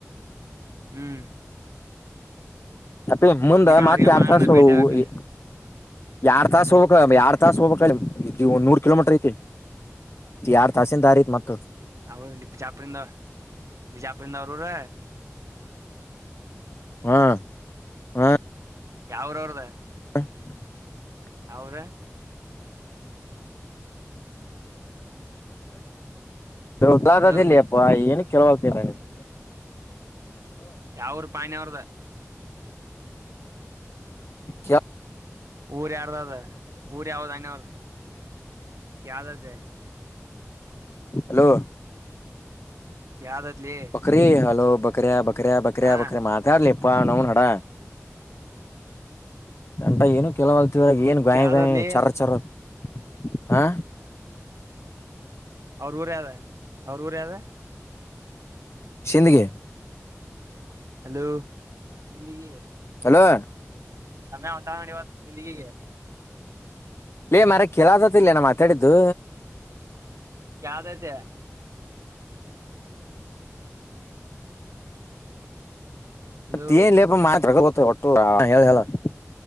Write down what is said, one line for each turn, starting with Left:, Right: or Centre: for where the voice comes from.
Right: ಹ್ಮ್
Left: ಅಪ್ಪೇ ಮುಂದ
Right: ಈಗ
Left: ಮತ್ತೆ
Right: ಅವ್ರಿಗೆ
Left: ಯಾಡ್
Right: ಬಾ ಅನ್ಲ
Left: ತಾಸು
Right: ಭೇಟಿ ಆಗಾಕ
Left: ಹೋಗಿ ಯಾಡ ತಾಸ ಹೋಗಬೇಕ ಯಾಡಾ ತಾಸ ಹೋಗಬಬೇಕ ನೂರ್ ಕಿಲೋಮೀಟರ್ ಐತಿ ಯಾಡಾ ತಾಸಿನ ದಾರಿ ಐತಿ ಮತ್ತೆ
Right: ಅವ ಬಿಜಾಪುರಿಿಂದ.... ಬಿಜಾಪುರಿಿಂದ ಅವರು ರ
Left: ಹಾ ಹಾ
Right: ಯಾವ್ ಯೂರೂ ಅವ್ರದ
Left: <unintelligible>
Right: ಯಾವೂರ
Left: ಹದಾಾದದಲ್ಲಪ್ಪ
Right: ಹಲೋ
Left: <unintelligible> ಕೆಲವಲ್ತ ನಡಿ <inaudible>
Right: ಯಾವ್ ಊರ್ ಪಾಯನ ಅವ್ರದ
Left: ಕ <unintelligible>
Right: ಊರ್ ಯಾರ್ದ ಅದ... ಊರ್ ಯಾವದ <unintelligible> ಅವ್ರ ಕ್ದ ಅ್ದ
Left: ಹಲೋ.....
Right: ಯಾವ್ದೈತ್ಲಿ
Left: ಬಕರಿ ಹಲೋ ಬಕರಿ ಬ ಬಕರಯ.. ಬಕರಯ..
Right: ಹಾ
Left: ಬಕರ.... ಮಾತಾಡ್ ಲೇಪ್ಪ್ ನವ್ವನ್ ಹಡ ಎಂಟ ಏನು ಕೆಲವಲ್ತಿದ ಏನ್ ಗಾಯ
Right: ಕೇಳದತ್ಲಿ
Left: ಗಾಯಿ ಚರ ಚರರ್ದ <unintelligible> ಹಾ
Right: ಅವ್ರ್ ಊರ್ ಯಾದ ಅವ್ರ್ ಊರ್ ಯಾದ
Left: ಸಿಂದಗಿ
Right: ಹಲೋ... ಸಿಂದಗಿ
Left: ಹಲೋ
Right: ತಮ್ಮೆ ಹೊಂಟಾನ ನೋಡಿ ಇವತ್ ಸಿಂದಗಿಗೆ
Left: ಲೆ ಮರಯ... ಕೆಲ ಆತತಿ ಇಲ್ಲಯನ ಮಾತಾಡಿದ್ದು
Right: ಕೇಳತೈತೆ ಹಲೋ
Left: ಮತ್ತಲೇಪ... ಮಾತಾಡೋ ಗೊತ್ತು ಹೊಟ್ಟು ಹೇಳಲ್ಲ <unintelligible>